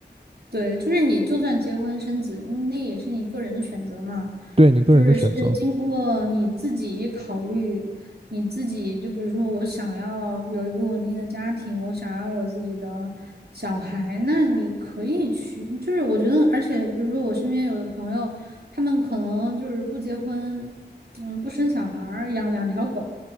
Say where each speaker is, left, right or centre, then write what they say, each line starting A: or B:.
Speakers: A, on the right; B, on the right.
A: 对，就是你就算结婚生子，嗯那也是你个人的选择嘛，
B: 对你个人的选择。
A: 就是是经过你自己考虑，你自己就比如说我想要有一个稳定的家庭，我想要有自己的小孩，那你可以去，就是我觉得，而且比如说我身边有的朋友，他们可能就是不结婚，嗯，不生小孩儿，养两条狗，